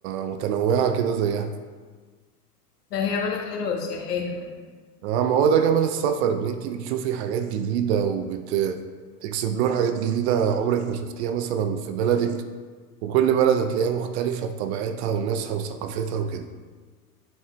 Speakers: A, on the right (about 45°); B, on the left (about 80°).
A: متنوعة كده زيها
B: لا هي بلد حلوة وسياحية كمان
A: اه ما هو ده جمال السفر ان انت بتشوفي حاجات جديده وبت تكسبلور حاجات جديده عمرك ما شفتيها مثلا في بلدك وكل بلد هتلاقيها مختلفه بطبيعتها وناسها وثقافتها وكده